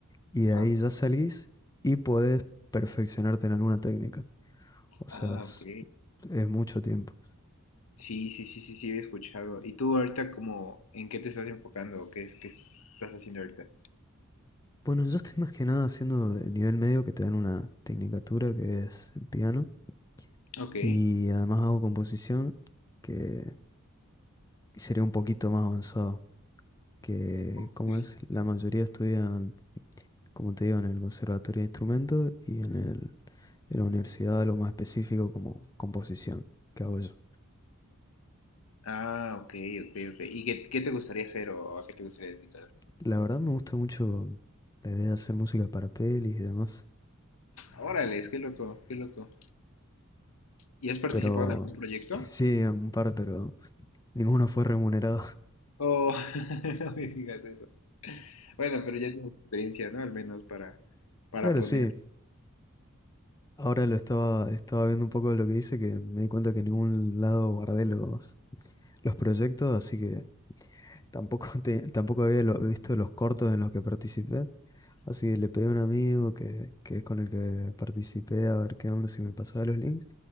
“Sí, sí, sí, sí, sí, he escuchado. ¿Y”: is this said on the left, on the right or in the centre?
Left